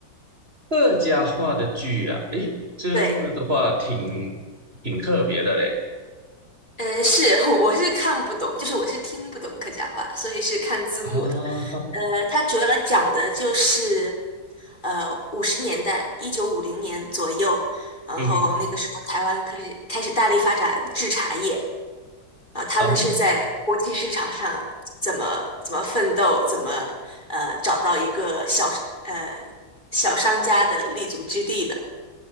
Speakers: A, on the right; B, on the left.
A: 客家话的剧啊，哎，这个的话挺
B: 对，
A: 挺特别的嘞
B: 呃，是，<laughs> 我是看不懂，就是我是听不懂客家话，所以是看字幕的。
A: 啊，
B: 呃，它主要讲的就是，呃，五十年代，一九五零年左右，然后那个时候台湾开始开始大力发展制茶业，
A: 嗯哼，
B: 啊，他们是在国际市场上怎么怎么奋斗，
A: 哦，
B: 怎么呃找到一个小呃小商家的立足之地的。